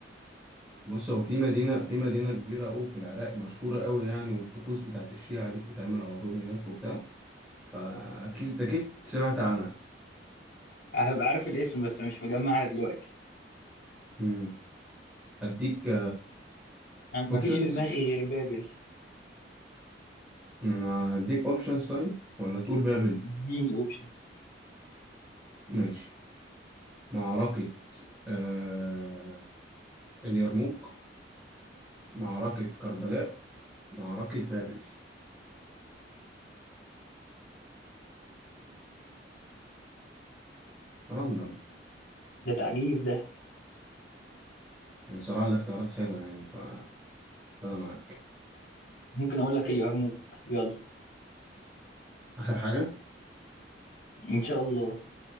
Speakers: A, in the centre; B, on the left.
A: بص هو في مدينة في مدينة كبيرة أوي في العراق مشهورة أوي يعني والطقوس بتاعت الشيعة دي بتتعمل على طول هناك وبتاع فأكيد أكيد سمعت عنها
B: هبقى عارف الاسم بس مش مجمعها دلوقتي
A: مم. أديك
B: آه، مفيش
A: أوبشنز
B: في دماغي غير بابل
A: أنا أديك أوبشنز طيب ولا تقول بابل
B: اديني أوبشنز
A: ماشي معركة آه... اليرموك معركة كربلاء معركة بابل راندوم
B: ده تعجيز ده
A: صراحة الاختيارات حلوة يعني فأنا معاك
B: ممكن أقول لك اليرموك يلا
A: آخر حاجة
B: ان شاء الله